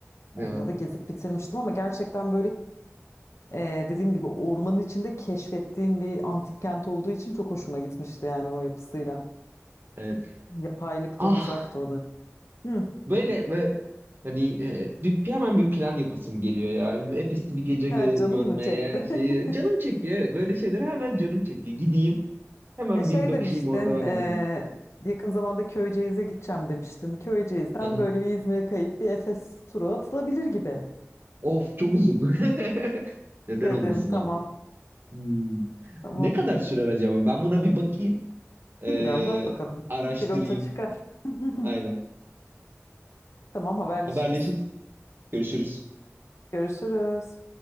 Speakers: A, on the right; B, on the left.
A: Ya,
B: Onda da gezip bitirmiştim ama gerçekten böyle Ee, dediğim gibi ormanın içinde keşfettiğin bir antik kent olduğu için çok hoşuma gitmişti yani o yapısıyla.
A: evet.
B: Yapaylıktan
A: Ah
B: uzaktı o da. Hı.
A: Böyle ve hani e, bir, bir- hemen bir plan yapasım geliyor ya. Efes'i bir gece gö-
B: Ha, canım
A: görmeye
B: mı çekti?
A: şeyi
B: <laughs>
A: canım çekiyor evet. Böyle şeylere hemen canım çekiyor. Gideyim hemen
B: E şey
A: bir bakayım
B: demiştin,
A: orada ben
B: e,
A: de bulunayım.
B: yakın zamanda Köyceğiz'e gideceğim demiştin. Köyceğiz'den
A: Hı hı.
B: böyle bir İzmir'e kayıp bir Efes turu atılabilir gibi
A: Of çok uzun. <laughs> Neden
B: dedin.
A: olmasın
B: Tamam,
A: ama. Hmm.
B: tamam.
A: Ne kadar sürer acaba? Ben buna bir bakayım. Ee,
B: Bilmiyorum, bak bakalım.
A: araştırayım.
B: Bir rota çıkar. <laughs>
A: Aynen.
B: Tamam, haberleşiriz.
A: Haberleşiriz. Görüşürüz.
B: Görüşürüz.